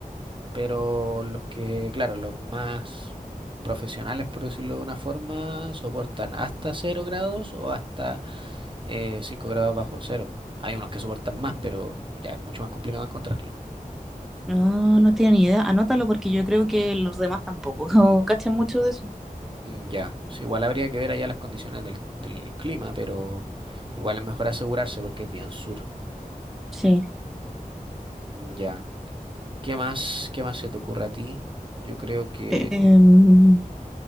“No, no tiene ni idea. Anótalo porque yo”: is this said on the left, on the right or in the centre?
Centre